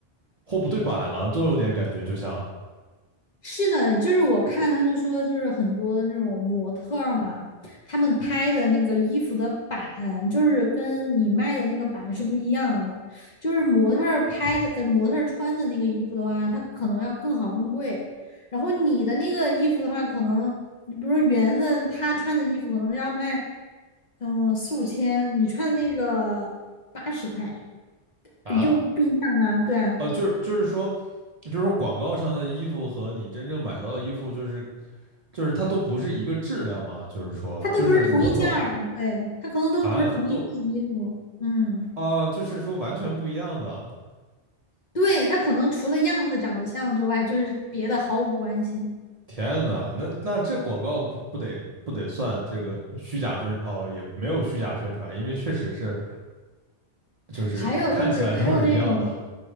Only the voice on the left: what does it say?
是的，就是我看他们说，就是很多那种模特儿嘛，他们拍的那个衣服的版，就是跟你卖的那个版是不一样的。就是模特儿拍的，呃，模特儿穿的那个衣服的话，它可能要更好更贵。然后你的那个衣服的话，可能你比如说圆的，他穿的衣服可能要卖，嗯，四五千，你穿的那个八十块，
就不一样啊，对啊。
它都不是同一件儿，
对，它可能都不是同一件衣服，
嗯，
对，它可能除了样子长得像之外，就是别的毫无关系。
还有就是，还有那种，